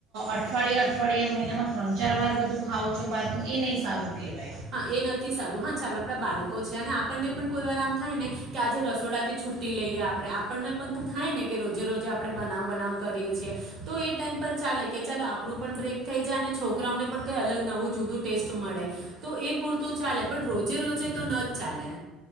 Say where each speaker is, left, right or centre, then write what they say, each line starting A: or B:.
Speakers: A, on the right; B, on the right.
A: અઠવાડિયે અઠવાડિયે મહિનામાં ત્રણ ચાર વાર બધું ખાવઓ છો બહારનું એ નહીં સારું. ઓકે.
B: હા એ નથી સારું હા ચાલ આપણા બાળકો છે અને આપણને પણ કોઈ વાર આમ થાય ને કે આજે રસોડા થી છુટી લઈએ આપડણે આપણને પણ થાય ને કે રોજે રોજે આપણે બનાવ બનાવ કરીએ છીએ. તો એ ટાઈમ પર ચાલે કે ચાલો આપણું પણ બ્રેક થઈ જાય અને છોકરાઓને પણ કઈ અલગ નવું જુદું ટેસ્ટ મળે. તો એ પૂરતું ચાલે પણ રોજે રોજે તો ન જ ચાલે.